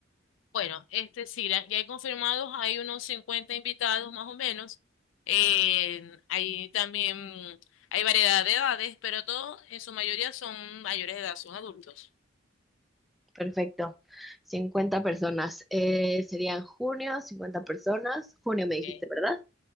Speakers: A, on the left; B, in the centre.
A: Bueno, este sí, la- ya hay confirmados, hay unos 50 invitados más o menos. Eh, hay también, hay variedad de edades, pero todos en su mayoría son mayores de edad, son adultos.
B: Perfecto. cincuenta personas. Eh, serían junio, 50 personas. Junio
A: Okay.
B: me dijiste, ¿verdad?